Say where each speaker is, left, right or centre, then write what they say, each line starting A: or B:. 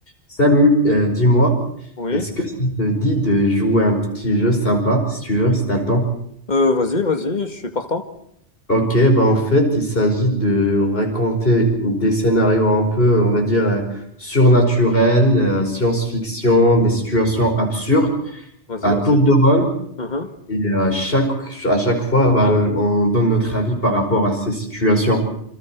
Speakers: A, on the left (about 55°); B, on the left (about 40°).
A: Salut, euh, dis-moi,
B: Oui,
A: est-ce que ça te dit de jouer un petit jeu sympa, si tu veux, si t'as le temps?
B: Euh, vas-y, vas-y, je suis partant.
A: Ok, bah en fait, il s'agit de raconter des scénarios un peu, on va dire, euh, surnaturels, euh, science-fiction, des situations absurdes,
B: Vas-y,
A: à
B: vas-y.
A: tour de rôle.
B: Mhm,
A: Et à chaque, à chaque fois, bah, on donne notre avis par rapport à ces situations.